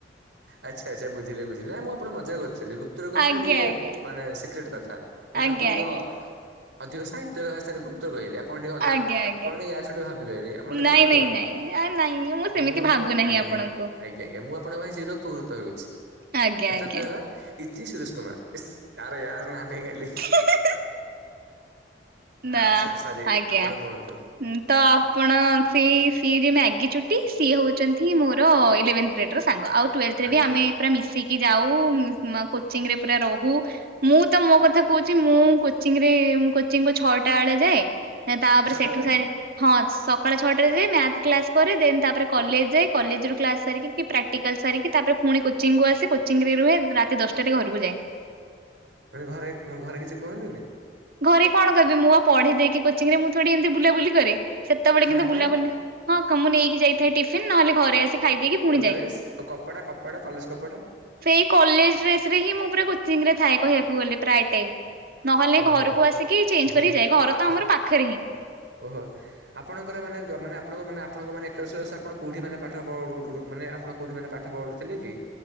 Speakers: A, on the right (about 70°); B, on the right (about 55°).
A: ଆଚ୍ଛା ଆଚ୍ଛା ବୁଝିଲେ ବୁଝିଲେ ନା ମୁଁ ଆପଣ ମଜା କରୁଛି। ଗୁପ୍ତ ରୋଗ ମାନେ
B: ଆଜ୍ଞା
A: ଟିକେ
B: ଆଜ୍ଞା
A: ମାନେ ସିକ୍ରେଟ କଥା ମୁଁ
B: ଆଜ୍ଞା
A: ତାକୁ ଟିକେ
B: ଆଜ୍ଞା
A: ଅଧିକ ସାହିତ୍ୟ ଭାଷାରେ ଗୁ ପ୍ତ କହିଲି ଆପଣ ଟିକେ
B: ଆଜ୍ଞା
A: ଅ
B: ଆଜ୍ଞା
A: ଆପଣ ଟିକେ ୟାଡୁ ସେୟାଡୁ ଭାବିବେନି ମତେ
B: ନାଇଁ
A: କ୍ଷମା
B: ନାଇଁ
A: କରନ୍ତୁ।
B: ନାଇଁ ଆ ନାଇଁ ସେମିତି
A: ମୁଁ
B: ଭାବୁ
A: ମୁଁ
B: ନାହିଁ
A: ଆଜ୍ଞା
B: ଆପଣଙ୍କୁ
A: ଆଜ୍ଞା। ଆଜ୍ ଆ୍ଞା ମୁଁ ଆପଣଙ୍କ ଭାଇ ଚିର ଉପକୃତ ହେଉଛି
B: ଆଜ୍ଞା
A: ଏତ
B: ଆଜ୍ଞା
A: ଦ୍ଵାରା ଇତି ସୁରେଶ କୁମାର ଇସ ଆରେ ୟାର ନା ନେଇଗଲି
B: <inaudible>
A: ଆଚ୍ଛା
B: ନା
A: ସରି
B: ଆଜ୍ଞା
A: ଆପଣ କୁହନ୍ତୁ
B: ତ ଆପଣ ସେଇ ସେ ଜେ ମ୍ୟାଗି ଚୁଟି ସିଏ ହଉଛନ୍ତି ମୋର ଇଲେଭେନ୍ ସାଙ୍ଗ ଆଉ ଟୁୱେଲର୍ଥରେ
A: ଆଜ୍ଞା
B: ଆମେ ମିଶିକି ଯାଉ କୋଚିରେ ପୁରା ରହୁ ମୁଁ ତ ମୋ କଥା କହୁଛି ମୁଁ କୋଚିଂରେ <unintelligible> କୁ ଛଅଟା ଅଳେ ଯାଏ ଏଁ ତାପରେ
A: ସକାଳ
B: ସେଠୁ ସାରି ହଁ ସ ସକାଳ ଛଅଟାରେ ଯାଏ ମ୍ୟାଥ୍ କ୍ଲାସ୍ କରେ ଦେନ୍ ତାପରେ କଲେଜ୍ ଯାଏ କଲେଜରୁ କ୍ଲାସ୍ ସାରିକି କି ପ୍ରା <unintelligible> ଟିକାଲ୍ ସାରିକି ତାପରେ ଫୁଣି କୋଚିଂକୁ ଆସେ କୋଚିଂ ରେ ରୁହେ ରାତି ଦଶ୍ ଟାରେ ଘରକୁ ଯାଏ।
A: ମାନେ ଘରେ <unintelligible> ଘରେ କିଛି କୁହନ୍ତିନି?
B: ଘରେ କଣ କହିବେ ମୁଁ ଆ ପଢେ ଯାଇକି କୋଚିଂ ରେ ମୁଁ ଥୋଡି ଏମ୍ତି ବୁଲାବୁଲି କରେ ସେତେବେଳେ
A: ଖାଇବା
B: କିନ୍ତୁ ବୁଲାବୁଲି
A: ପିଇବା
B: ହଁ କ ମୁଁ ନେଇକି ଯାଇଥାଏ ଟିଫିନ୍ ନହେଲେ ଘରେ ଆସି ଖାଇଦେଇକି ପୁଣି
A: ଆଉ
B: ଯାଏ।
A: ଡ୍ରେସ୍ ଆଉ କପଡା କପଡା କଲେଜ୍ କପଡା?
B: ସେଇ କଲେଜ୍ ଡ୍ରେସ୍ ରେ ହିଁ ମୁଁ ପୁରା କୋଚିଂ ରେ ଥାଏ କହିବାକୁ ଗଲେ ପ୍ରାୟ ଟାଇମ୍ ନହ
A: ଓହୋ
B: ଘରକୁ ଆସିକି ଚେଞ୍ଜ୍
A: ଓହୋ
B: କରି ଯାଏ ଘର
A: ଆ
B: ତ ଆମର ପାଖରେ ହିଁ।
A: ଓହୋ। ଆପଣଙ୍କର ମାନେ ଦ ମାନେ ଆପଣଙ୍କ ମାନ ଆପଣଙ୍କ ମାନେ <unintelligible> ମାନେ ଆପଣ କୋଉଠି ମାନେ ପାଠ ପଢୁଥିଲେ କି?